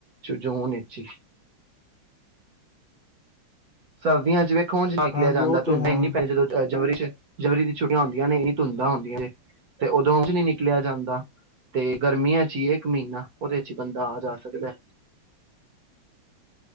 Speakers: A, on the right (about 55°); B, on the left (about 80°).
A: ਜੂਨ ਇਚ ਈ। ਸਰਦੀਆਂ ਚ ਵਿੱ ਉੰਝ ਨਿਕਲਿਆ
B: ਹਾਂਜੀ
A: ਜਾਂਦਾ
B: ਉਹ ਤੇ
A: ਧੂੰਦ
B: ਹੈ।
A: ਏਨੀ ਪੈ ਜਾਂਦੀ ਜੋਦੋ ਜਨਵਰੀ ਜਨਵਰੀ ਦੀ ਛੁੱਟੀਆਂ ਹੁੰਦੀਆਂ ਨੇ ਇਨੀ ਧੁੰਦਾਂ ਹੁੰਦੀਆਂ ਨੇ ਤੇ ਉਦੋਂ ਉੰਝ ਨੀ ਨਿਕਲਿਆ ਜਾਂਦਾ ਤੇ ਗਰਮੀਆਂ ਚ ਹੀ ਇੱਕ ਮਹੀਨਾ ਉਹਦੇ ਚ ਬੰਦਾ ਆ ਜਾ ਸਕਦਾ।